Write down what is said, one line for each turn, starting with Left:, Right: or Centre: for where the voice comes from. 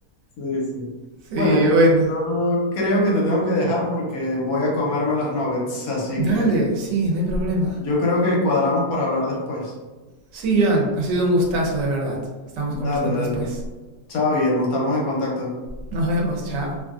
Left: Sí, sí.
Right: Sí,
Left: Bueno, yo,
Right: bueno.
Left: yo creo que te tengo que dejar porque voy a comerme las nuggets, así
Right: Dale,
Left: que
Right: sí, no hay problema.
Left: yo creo que cuadramos para hablar después.
Right: Sí, Joan, ha sido un gustazo de verdad. Estamos
Left: Dale,
Right: conversando
Left: dale.
Right: después.
Left: Chao, Guillermo, estamos en contacto.
Right: Nos vemos, chao.